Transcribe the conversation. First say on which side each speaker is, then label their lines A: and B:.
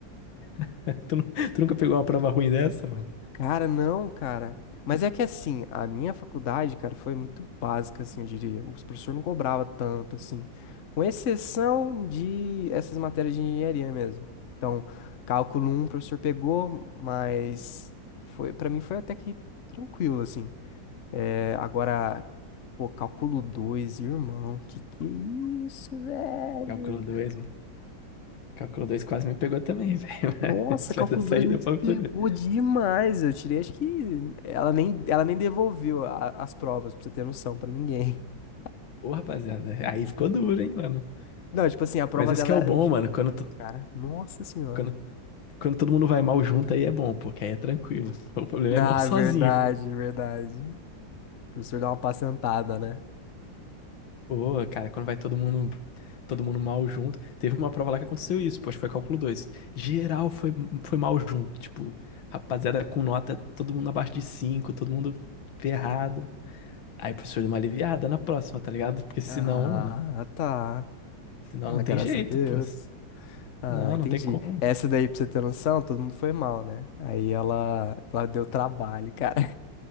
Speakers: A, on the left (about 85°); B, on the left (about 50°).
A: <laughs> Tu, nu- tu nunca pegou uma prova ruim dessa, mano?
B: Cara, não, cara. Mas é que assim, a minha faculdade, cara, foi muito básica, assim, eu diria. Os professores não cobravam tanto, assim. Com exceção de essas matérias de engenharia mesmo. Então, cálculo um o professor pegou, mas foi, para mim foi até que tranquilo, assim. É, agora, pô, cálculo 2 irmão, que que é isso, velho?
A: Cálculo 2, Calculo 2 quase me pegou também, velho.
B: Nossa,
A: <laughs> Mas
B: cálculo
A: vai dar saída
B: 2 me
A: pra poder.
B: pegou demais. Eu tirei, acho que ela nem, ela nem devolveu a- as provas, pra você ter noção, pra ninguém. <laughs>
A: Ô, rapaziada, aí ficou duro, hein, mano.
B: Não, tipo assim, a prova
A: Mas esse
B: dela
A: que é o
B: era
A: bom,
B: de
A: mano. Quando, to-
B: cara. Nossa senhora.
A: quando, quando todo mundo vai mal junto, aí é bom, pô, que aí é tranquilo. <laughs> O problema
B: Ah,
A: é mal sozinho,
B: verdade,
A: pô.
B: verdade. O professor dá uma pacentada, né?
A: Ô, cara, quando vai todo mundo, todo mundo mal junto. Teve uma prova lá que aconteceu isso, pô, acho que foi cálculo 2. Geral foi, foi mal junto. Tipo, rapaziada com nota, todo mundo abaixo de 5, todo mundo ferrado. Aí o professor deu uma aliviada na próxima, tá ligado? Porque senão,
B: Ah,
A: mano,
B: tá.
A: senão
B: Ah,
A: não
B: graças
A: tem jeito,
B: a Deus.
A: pô.
B: Ah,
A: Não,
B: entendi.
A: não tem como.
B: Essa daí, pra você ter noção, todo mundo foi mal, né? Aí ela, ela deu trabalho, cara.